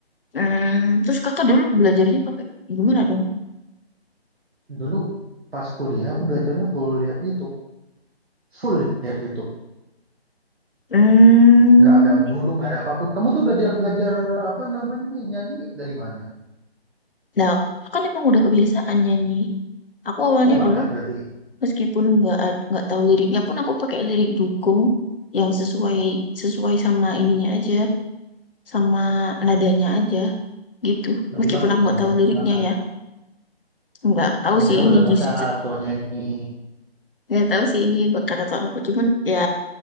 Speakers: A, on the left; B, on the right.
A: Hmm, terus kakak dulu belajarnya pakai gimana dong?
B: Dulu pas kuliah aku belajarnya full lihat YouTube, full lihat YouTube.
A: Hmm.
B: Nggak ada guru, nggak ada apapun. Kamu tuh belajar belajar apa namanya nyanyi dari mana?
A: Nah, kakak kan emang udah kebiasaan nyanyi. Aku awalnya
B: Kamu bakat
A: dulu
B: berarti.
A: meskipun nggak ad- nggak tahu liriknya pun aku pakai lirik dukung yang sesuai sesuai sama ininya aja sama nadanya aja gitu
B: Berarti
A: meskipun
B: bakat
A: aku nggak
B: dong,
A: tahu liriknya
B: bakat.
A: ya nggak tahu
B: Berarti
A: sih
B: kamu
A: ini
B: udah bakat
A: gitu
B: kalau nyanyi.
A: nggak tahu sih ini bakal atau apa cuman ya